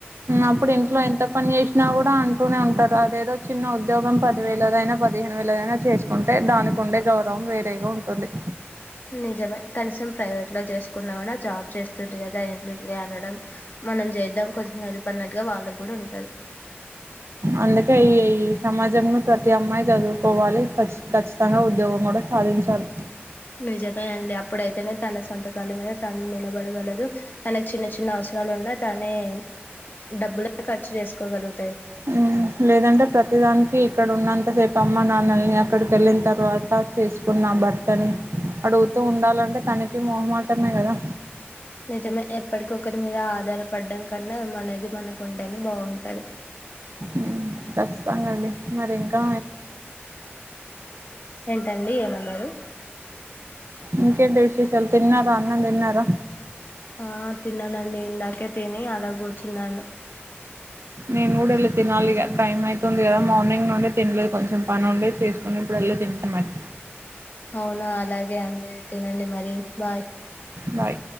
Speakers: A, on the right; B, on the left.
A: అప్పుడు ఇంట్లో ఎంత పని చేసినా కూడా అంటూనే ఉంటారు అదేదో చిన్న ఉద్యోగం పది వేలదైనా పదిహేను వేలదైనా చేసుకుంటే దానికి ఉండే గౌరవం వేరేగా ఉంటుంది
B: నిజమే కనీసం ప్రైవేట్ లో చేసుకున్నా కూడా జాబ్ చేస్తుంది కదా ఎందుకు లే అనడం మనం చేద్దాం కొంచెం హెల్ప్ అన్నట్టుగా వాళ్ళకి కూడా ఉంటాది
A: అందుకే ఈ ఈ సమాజంలో ప్రతి అమ్మాయి చదువుకోవాలి కచ్ ఖచ్చితంగా ఉద్యోగం కూడా సాధించాలి
B: నిజమే అండి అప్పుడైతేనే తన సొంతకాల మీద తను నిలబడగలదు తనకు చిన్న చిన్న అవసరాలు ఉన్నా తనే డబ్బులు ఖర్చు చేసుకోగలుగు
A: ఉమ్ లేదంటే ప్రతి దానికి ఇక్కడ ఉన్నంత సేపు అమ్మ నాన్నల్ని అక్కడికి వెళ్ళిన తర్వాత చేసుకున్నాం భర్త ని అడుగుతూ ఉండాలంటే తనే మొహమాటమే కదా
B: నిజమే ఎప్పటి ఒక్కరి మీద ఆధారపడం కన్నా మనది మనకు ఉంటే నే బాగుతాది
A: ఉమ్ ఖచ్చితంగా అండి మరి ఇంకా
B: ఏంటండి ఏమన్నారు
A: ఇంకేంటి విశేషాలు తిన్నారా అన్నం తిన్నారా
B: ఆ తిన్నానండి ఇందాకే తిని అలా కూర్చున్నాను
A: మేం కూడా వెళ్ళితే నాలుగు టైం అయితుంది కదా మార్నింగ్ నుండి తినలేదు కొంచెం పని ఉండే చేసుకుని ఇప్పుడు వెళ్ళి తింటాం మరి
B: అవునా అలాగే అండి తినండి మరి బాయ్
A: బాయ్